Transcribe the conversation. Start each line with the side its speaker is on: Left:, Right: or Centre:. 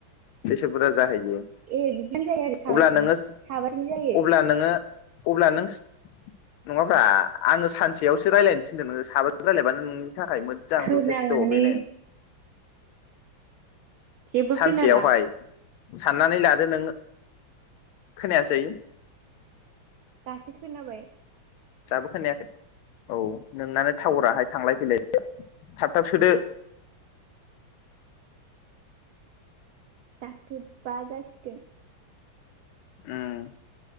Left: बेसे बुरजा जाहैयो।
Right: ए बिदियानो जायो आरो सा
Left: अब्ला नोङो
Right: साबाजों जायो
Left: अब्ला नोङो अब्ला नों नङाब्रा आङो सानसेयावसो रायजलायनो थिनदों नों साबा रायजलायबानो नों नि थाखाय मोजां
Right: खोनालानो
Left: जथेस्थ' बेनो
Right: जेबो
Left: सानसेयावहाय
Right: खोनाला
Left: साननानै लादो नों खोनायासै
Right: दासो खोनाबाय
Left: जाबो खोनायाखै औ नोंनानो टावराहाय थांलाय फैलाय थाब थाब सोदो
Right: दाथ बा जासिगोन
Left: ओं